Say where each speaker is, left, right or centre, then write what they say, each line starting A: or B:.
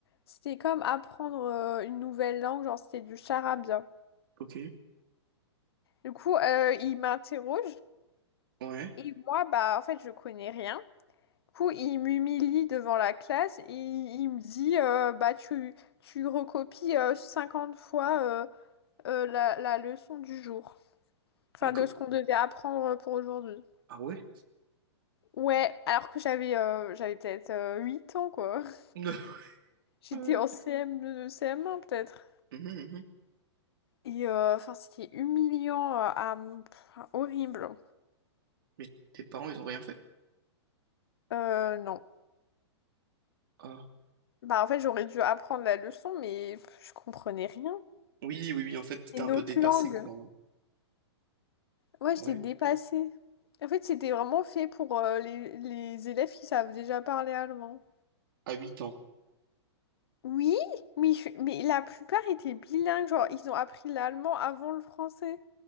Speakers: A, on the left; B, on the right.
A: c'était comme apprendre euh, une nouvelle langue, genre, c'était du charabia.
B: ok.
A: Du coup, euh, il m'interroge,
B: Ouais.
A: et moi, bah, en fait, je connais rien. Du coup, il m'humilie devant la classe, et il me dit, euh, bah, tu, tu recopies euh, 50 fois. euh, euh, la, la leçon du jour. Enfin,
B: Mais
A: de
B: co-
A: ce qu'on devait apprendre pour aujourd'hui.
B: Ah ouais?
A: Ouais, alors que j'avais euh, j'avais peut-être euh, 8 ans, quoi. <laughs>
B: <laughs>
A: J'étais
B: Ouais.
A: en CM2, CM1 peut-être.
B: Mhm, mhm.
A: Et euh, enfin, c'était humiliant, euh, à- pff, horrible.
B: Mais tes parents, ils ont rien fait?
A: Euh, non.
B: Ah.
A: Bah, en fait, j'aurais dû apprendre la leçon, mais pff, je comprenais rien.
B: Oui, oui, oui, en fait, t'étais
A: et
B: un
A: notre
B: peu dépassé,
A: langue.
B: quoi. hein.
A: Ouais,
B: Ouais.
A: j'étais dépassée. En fait, c'était vraiment fait pour euh, les, les élèves qui savent déjà parler allemand.
B: À huit ans.
A: Oui, mais, je- mais la plupart étaient bilingues, genre ils ont appris l'allemand avant le français.